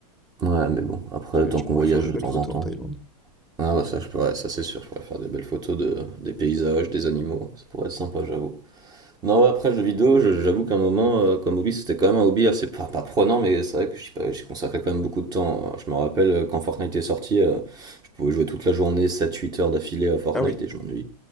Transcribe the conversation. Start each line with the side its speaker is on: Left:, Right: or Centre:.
Right: Ouais, mais bon, après,
Centre: Parce que là,
Right: tant
Centre: tu
Right: qu'on
Centre: pourrais
Right: voyage
Centre: faire de belles
Right: de temps
Centre: photos
Right: en temps.
Centre: en Thaïlande.
Right: Ah, bah, ça, je pourrais, ça, c'est sûr, je pourrais faire des belles photos de, des paysages, des animaux. Ça pourrait être sympa, j'avoue. Non, ouais, après jeux vidéo, je- j'avoue qu'à un moment, euh, comme hobby, c'était quand même un hobby assez pas, pas prenant, mais c'est vrai que j'y pas- j'y consacrais quand même beaucoup de temps. Je me rappelle euh, quand Fortnite est sorti, euh, je pouvais jouer toute la journée, sept-huit heures d'affilée à Fortnite
Centre: Ah oui.
Right: et je m'ennuyais.